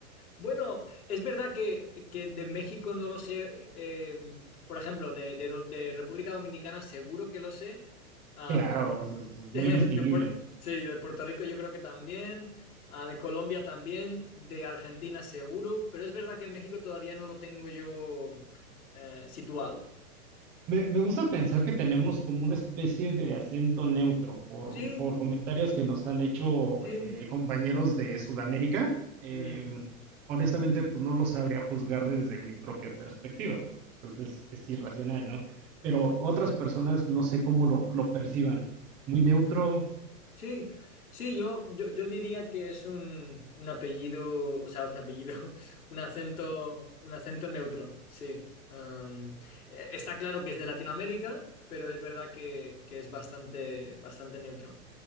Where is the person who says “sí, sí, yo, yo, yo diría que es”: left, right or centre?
Left